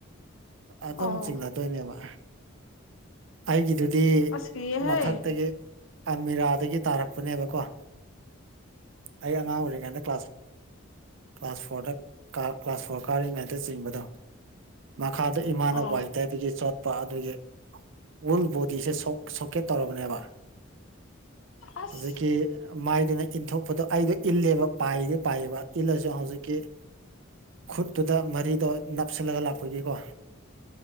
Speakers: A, on the right (about 65°); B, on the left (about 75°).
A: ꯑꯗꯨꯝ
B: ꯑꯣ
A: ꯆꯤꯡꯅꯗꯣꯏꯅꯦꯕ ꯑꯩꯒꯤꯗꯨꯗꯤ
B: ꯑꯁ ꯀꯤꯌꯦꯍꯦ
A: ꯃꯊꯛꯇꯒꯤ ꯑꯃꯤꯔꯥꯗꯒꯤ ꯇꯥꯔꯛꯄꯅꯦꯕꯀꯣ ꯑꯩ ꯑꯉꯥꯡ ꯑꯣꯏꯔꯤꯉꯩꯗ ꯀ꯭ꯂꯥꯁ ꯀ꯭ꯂꯥꯁ ꯐꯣꯔꯗ ꯀ꯭ꯂꯥꯁ ꯐꯣꯔ ꯀꯥꯔꯤꯉꯩꯗ ꯆꯤꯡꯕꯗꯣ ꯃꯈꯥꯗ ꯏꯃꯥꯅ
B: ꯑꯣ
A: ꯋꯥꯏ ꯇꯥꯏꯕꯒꯤ ꯆꯣꯠ ꯑꯗꯨꯒꯤ ꯋꯨꯜ ꯕꯣꯗꯤꯁꯦ ꯁꯣꯀꯦꯠ ꯇꯧꯔꯕꯅꯦꯕ
B: ꯑꯁ
A: ꯍꯧꯖꯤꯛꯀꯤ ꯃꯥꯏꯗꯨꯅ ꯏꯟꯊꯣꯛꯄꯗꯣ ꯑꯩꯗ ꯏꯜꯂꯦꯕ ꯄꯥꯏꯗꯤ ꯄꯥꯏꯌꯦꯕ ꯏꯜꯂꯁꯨ ꯍꯧꯖꯤꯛꯀꯤ ꯈꯨꯠꯇꯨꯗ ꯃꯔꯤꯗꯣ ꯅꯞꯁꯤꯜꯂꯒ ꯂꯥꯛꯄꯒꯤꯀꯣ